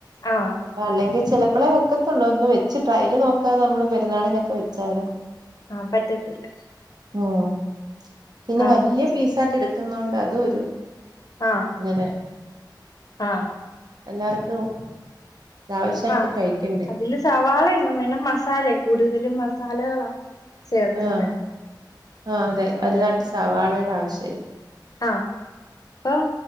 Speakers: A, on the left; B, on the right.
A: ആഹ്
B: അപ്പൊ അല്ലെങ്കിൽ ചിലപ്പോളെ വെക്ക ത്തൊള്ളൂ ഒന്ന് വെച്ച് ട്രയല് നോക്കാതെ നമ്മള് പെരുന്നാളിനൊക്കെ വെച്ചാല്
A: ആഹ് പറ്റത്തില്ല
B: ഉം പിന്നെ
A: ആഹ്
B: വലിയ
A: വെച്ചു
B: പീസാക്കി എടുക്കിന്നോണ്ട് അതൊരു
A: ആഹ്
B: ഇങ്ങനെ
A: ആഹ്
B: എല്ലാർക്കും ആവശ്യമായിട്ട്
A: ആഹ്
B: കഴിക്കണ്ടേ
A: അതില് സവാളായും പിന്നെ മസാല കൂടുതലും മസാലകളാ ചേർക്കുന്നെ
B: ആഹ് ആഹ് അതെ വലുതാട്ട്
A: ആഹ്
B: സവാളയുടെ ആവശ്യല്ല
A: ആഹ്. അപ്പം